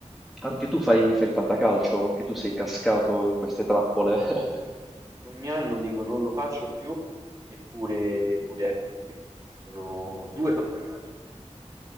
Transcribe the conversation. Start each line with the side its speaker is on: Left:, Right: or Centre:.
Centre: Anche tu fai, fai il fantacalcio, anche tu sei cascato in queste trappole. <laughs>
Right: Ogni anno dico non lo faccio più, eppure, eppure eccomi qui. Sono ho due Fantacalcio addirittura.